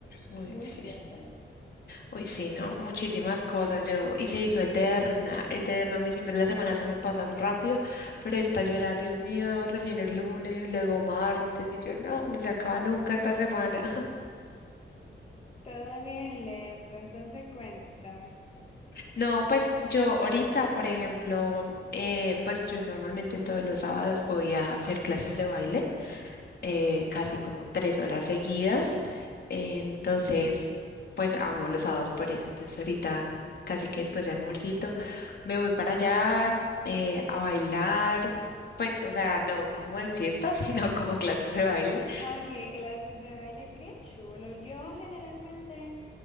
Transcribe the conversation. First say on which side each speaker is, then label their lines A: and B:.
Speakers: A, on the left (about 55°); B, on the left (about 30°).
A: Uy,
B: Muy
A: sí.
B: fuerte.
A: Uy, sí, no, muchísimas cosas. Yo y se hizo eterna, eterna. A mí siempre las semanas se me pasan rápido, pero esta yo era, Dios mío, recién es lunes, luego martes y yo no, no se acaba nunca esta semana.
B: Todo bien lento, entonces cuéntame.
A: No, pues yo ahorita, por ejemplo, eh, pues yo normalmente todos los sábados voy a hacer clases de baile, eh, casi como tres horas seguidas. eh, entonces, pues amo los sábados por eso. Entonces ahorita, casi que después de almuercito, me voy para allá eh, a bailar. Pues, o sea, no como en fiestas, <laughs> sino como clases de baile.
B: Ok, clases de baile, qué chulo. Yo generalmente